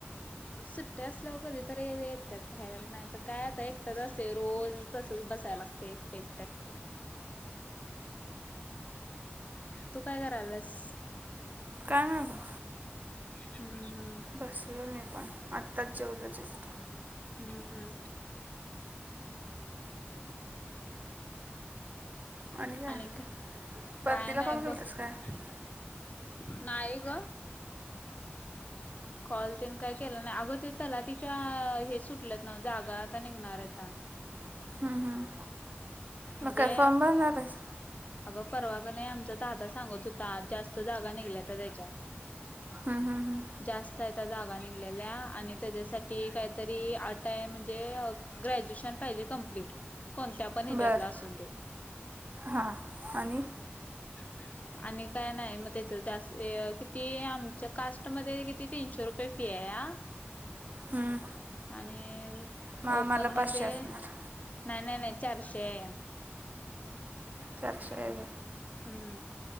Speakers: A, on the left; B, on the right.
A: सुट्ट्या असल्यावर कधीतरी येत्यात बाहेर, नाही तर काय आता एकटाच असतय रोज तसच बसायला लागत एकट- एकट. तू काय करायलास?
B: काय नाही.
A: हम्म हम्म.
B: बसलो मी पण, आत्ताच जेवलो जस्ट.
A: हम्म हम्म.
B: आणि काय
A: आणिक?
B: परतीला
A: काय नाही
B: कॉल केलतास
A: बग,
B: काय हम्म,
A: नाही ग. कॉल तेन काय केलं नाही, अग ते तलाठी च्या हे सुटल्यात ना जागा आता निघणार आहेता. <inaudible>
B: हम्म हम्म,
A: म्हणजे
B: मग काय फॉम भरणारयस?
A: अगं परवा कनाय आमचा दादा सांगत होता, जास्त जागा निघल्यात त्याच्या.
B: हम हम हम.
A: जास्त यता जागा निघलेल्या आणि त्याच्यासाठी काहीतरी आटाय म्हणजे ग्रॅज्युएशन पाहिजे कंप्लीट, कोणत्या पण हिच्यातला
B: बरं
A: असून दे.
B: हां, आणि?
A: <inaudible> आणि काय नाही मग, त्याच जास्त किती आमच्या कास्ट मध्ये किती तीनशे रुपय तशी आहेया,
B: हम्म,
A: आणि
B: मग आम्हाला
A: ओपन मध्ये,
B: पाचशे असणार
A: नाही नाही नाही चारशे आहेया. बस
B: चारशे
A: कायच नाही.
B: वेगळे
A: हुं.